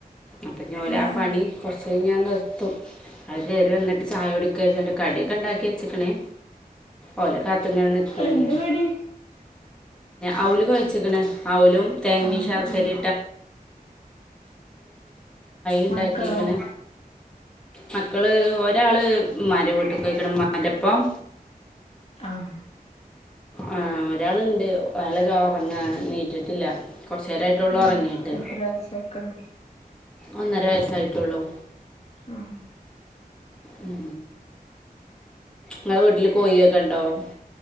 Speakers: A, in the centre; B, on the left.
A: അപ്പം ഞോല
B: ആഹ്
A: ആ പണി കുറച്ച് കഴിഞ്ഞാൻ നിർത്തും അത് കറി വന്നിട്ട് ചായ കുടക്കമായിരുന്നുട്ട് കടിയൊക്കെ ഉണ്ടാക്കി വെച്ചക്കണേ ഓല കാത്തങ്ങനെ നക്കന്ന
B: എന്ത് കടി
A: അവല് കൊഴച്ചക്കണ് ത
B: ആഹ്
A: ചായ
B: ആഹ്
A: ഉണ്ടാക്കിക്കിണ്
B: മക്കളോ
A: മക്കളോ മക്കള് ഒ ഒരാള് മര വീട്ട കൊയിക്കണം മരപ്പം
B: ആഹ
A: ആഹ ഒരാളുണ്ട് വലക്കെ ഉറങ്ങാ നീറ്റിട്ടില്ല കുറച്ച് നേരമായിട്ടുള്ളൂ
B: ആ
A: ഉറങ്ങിയിട്ട്
B: എത്ര വരസ ആയിക്കും
A: ഒന്നര വയസായിട്ടള്ളു
B: ആഹ്
A: ഉ ങ്ങ വീട്ടില് കോഴൊക്കെ ഇണ്ടാവും